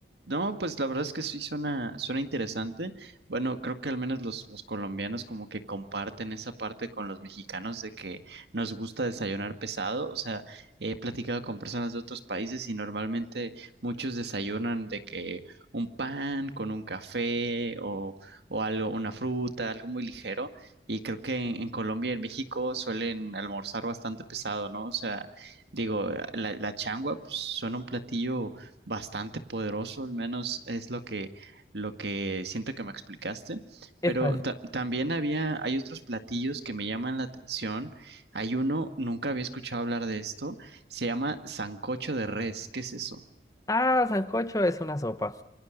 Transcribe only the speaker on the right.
No, pues la verdad es que sí suena, suena interesante. Bueno, creo que al menos los, los colombianos como que comparten esa parte con los mexicanos de que nos gusta desayunar pesado. O sea, he platicado con personas de otros países y normalmente muchos desayunan de que un pan con un café o, o algo, una fruta, algo muy ligero. Y creo que en, en Colombia y en México suelen almorzar bastante pesado, ¿no? O sea, digo, la, la changua pues suena un platillo bastante poderoso, al menos es lo que, lo que siento que me explicaste. Pero
ta- también había, hay otros platillos que me llaman la atención. Hay uno, nunca había escuchado hablar de esto, se llama sancocho de res. ¿Qué es eso?